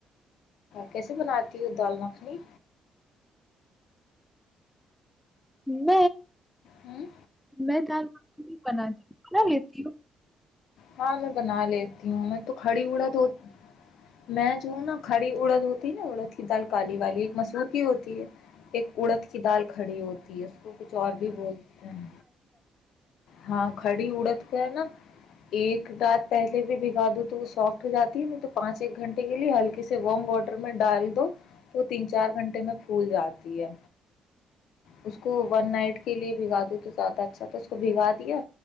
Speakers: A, on the left (about 80°); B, in the centre.
A: کیسے بناتی ہوں دال مکھنی
B: م
A: ہوں
B: میں دال بنی بنا لیتی ہوں
A: ہاں میں بنا لیتی ہوں میں تو کڑی اڑد ہوتی میں جو ہوں نا کھڑی اڑد ہوتی ہے نا اڑد کی دال پالی والی ایک مسلہح کی ہوتی ہے ایک اڑد کی دال کھڑی ہوتی تی ایف وہ کچھ اور بھی بولتے ہیں ہاں کڑی اڑت کا نا ایک دانات پہلے بھی بھگا دو تو وہ سافٹ ہو جاتی ہے ن تو پانچ ایک گھنٹے کے لیے ہلکے سے وارم واٹر میں ڈال دو وہ تین چار گھنٹے میں بھول جاتی ہے اس کو ون نائٹ کے لیے بھگا د تو زیادہ اچھا تھا اس کو بھگا دیا